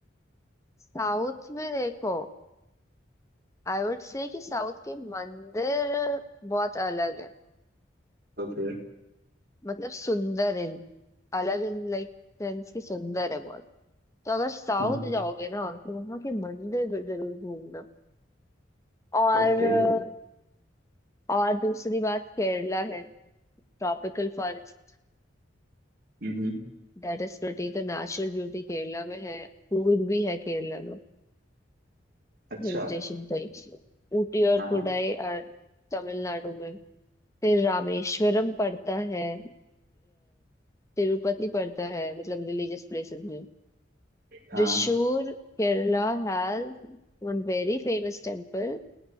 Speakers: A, on the left (about 15°); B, on the right (about 50°).
A: साउथ में देखो आई वुड से कि साउथ के मंदिर बहुत अलग है
B: ओके
A: मतलब सुंदर इन अलग इन लाइक सेंस की सुंदर है बहुत तो अगर साउथ
B: हाँ हाँ
A: जाओगे ना तो वहां के मंदिर भी जरूर घूमना और
B: ओके
A: और दूसरी बात केरला है tropical forest
B: हम्म
A: that is pretty तो नेचुरल ब्यूटी केरला में है फूड भी है केरला में
B: अच्छा
A: हिल स्टेशन टाइप्स ऊटी और
B: हाँ हाँ
A: कोडाई और तमिलनाडु में फिर रामेश्वरम पड़ता है अ, तिरुपति पड़ता है मतलब रिलीजियस प्लेसेस में
B: हाँ
A: Thrissur Kerala has one very famous temple